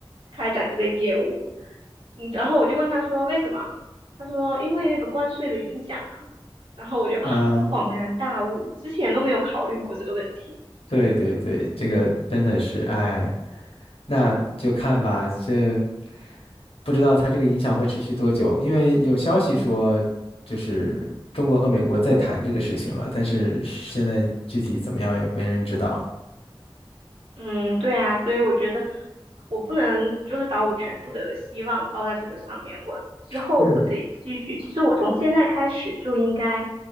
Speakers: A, on the right; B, on the left.
A: 开展这个业务。嗯，然后我就问他说为什么？他说因为那个关税的影响啊。然后我就啊恍然大悟，
B: 啊，
A: 之前都没有考虑过这个问题。
B: 对对对，这个真的是，哎，那就看吧，这。不知道它这个影响会持续多久，因为有消息说，就是中国和美国在谈这个事情了，但是现在具体怎么样也没人知道。
A: 嗯，对啊，所以我觉得我不能就是把我全部的希望抱在这个上面，我之后我得继续。
B: 是
A: 其实我从现在开始就应该